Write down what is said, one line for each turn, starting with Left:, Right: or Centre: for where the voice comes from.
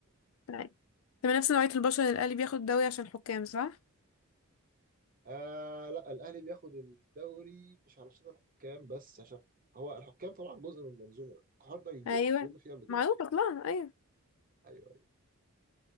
Left: طيب تمام نفس نوعية البشر اللي الأهلي بياخد دوري عشان حكام صح؟
Right: آه لا الاهلي بياخد الدوري مش علشان الحكام بس عشان هو الحكام طبعا جزء من المنظومه الحوار ده كبير
Left: ايوه
Right: اتكلمنا فيه قبل كده
Left: معروف اصلا ايوه
Right: ايوه ايوه